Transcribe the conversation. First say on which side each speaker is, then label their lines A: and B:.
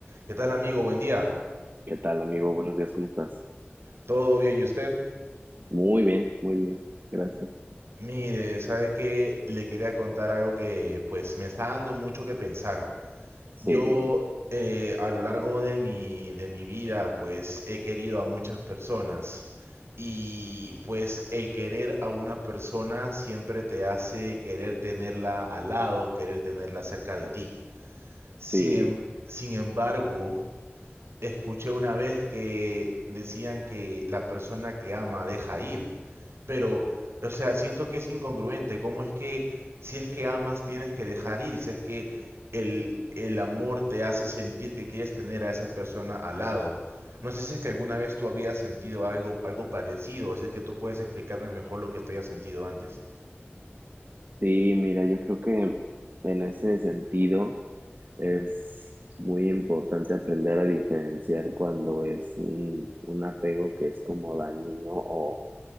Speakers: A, on the right; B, on the right.
A: ¿Qué tal, amigo? Buen día.
B: ¿Qué tal, amigo? Buenos días, ¿cómo estás?
A: ¿Todo bien? ¿Y usted?
B: Muy bien, muy bien, gracias.
A: Mire, sabe que le quería contar algo que pues me está dando mucho que pensar. Yo
B: Sí, dime.
A: eh, a lo largo de mi, de mi vida pues he querido a muchas personas y pues el querer a una persona siempre te hace querer tenerla al lado, querer tenerla cerca de ti. Sin
B: Sí,
A: em- sin embargo, Escuché una vez que decían que la persona que ama deja ir, pero, o sea, siento que es incongruente. ¿Cómo es que si es que amas tienes que dejar ir? Si es que el, el amor te hace sentir que quieres tener a esa persona al lado. No sé si es que alguna vez tú habías sentido algo, algo parecido, o si es que tú puedes explicarme mejor lo que tú hayas sentido antes.
B: sí, mira, yo creo que en ese sentido es muy importante aprender a diferenciar cuando es un, un apego que es como dañino o,